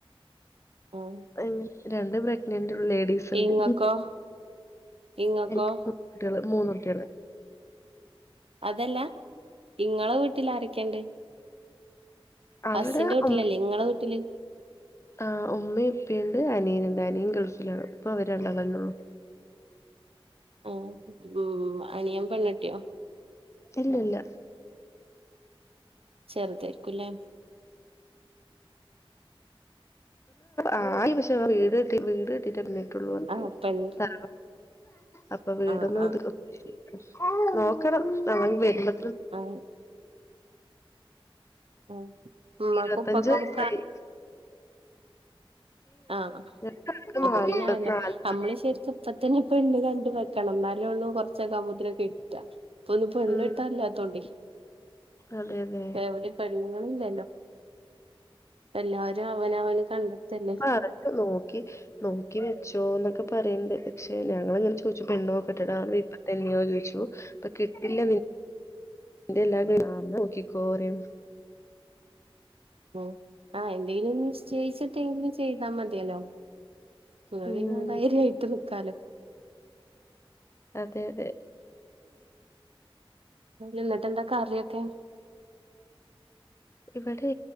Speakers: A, on the right; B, on the left.
A: ഉം
B: അങ്ങനെ രണ്ട് പ്രഗ്നനൻഡ് ലേഡീസ്ണ്ട്
A: ഇങ്ങക്കോ ഇങ്ങക്കോ
B: എനിക്കുട്ടികള് മൂന്ന് കുട്ടികള്
A: അതല്ല ഇങ്ങളെ വീട്ടിൽ ആരക്കണ്ട്
B: അവിടെ
A: അസിന്റെ വീട്ടിലല്ലേ
B: ഉമ്മ
A: നിങ്ങളെ വീട്ടില്
B: ആ ഉമ്മയും ഉപ്പയുണ്ട് അനിയനുണ്ട് അനിയൻ ഗൾഫില ഇപ്പൊ അവര്ണ്ടളന്നേള്ളു
A: ആ ഉം അനിയെൻ പെണ്ണ് ട്ട്യോ
B: ഇല്ല ഇല്ല
A: ചെറുതായിരിക്കുംല്ലേ
B: ആ വീ വീട് ട്ടിട്ട് പിന്നീട്ടുള്ളൂ
A: ആഹ്
B: ത
A: പെണ്ണ്
B: അപ്പൊ വീടന്നും
A: ആഹ് ആഹ്
B: ഇ നോക്കണം നമ വരുമ്പ
A: ആ ആഹ് ഉമ്മാക്കും
B: ഇരുപത്തഞ്ചസായി
A: ഉപ്പാക്കൊക്കെ ആ
B: ഞങ്ങൾക്ക്
A: അപ്പൊ
B: നാല്പത്
A: പിന്നെ അയല്ലോ
B: നാല്പത്
A: നമ്മള് ശെരിക്ക്‌പ്പതന്നെ പെണ്ണ് വെക്കണം ന്നാലുംള്ളൂ കുറച്ചൊക്കാ വുമ്പോതിന് കിട്ട ഇപ്പൊന്ന് പെണ്ണ്ട്ടല്ലാത്തോണ്ടെ
B: ഉം അതെ അതെ
A: എവിടെയ് പ്പോ പെണ്ണുകളില്ലേലൊ എല്ലാരും അവനവന് കണ്ടെത്തല്ലേ
B: പറ നോക്കി നോക്കി വെച്ചോ എന്നൊക്കെ പറയണ്ട് പക്ഷെ ഞങ്ങങ്ങനെ ചോ പെണ്ണോകെട്ടടാ ഇപ്പത്തെന്നോ ചോച്ചു കിട്ടില്ല ന്റെ എല്ലാതിനും <unintelligible> നോക്കിക്കോറിം
A: ഓ ആ എന്തെലും നിശ്ചയിച്ചിട്ടെങ്കിലും ചെയ്താ മതിയല്ലോ. ന്നാ
B: ഉം
A: പിന്നെ ധൈര്യമായിട്ട് നിക്കാലൊ
B: അതെ അതെ
A: എന്നിട്ട് എന്താകറിയൊക്കെ?
B: ഇവിടെ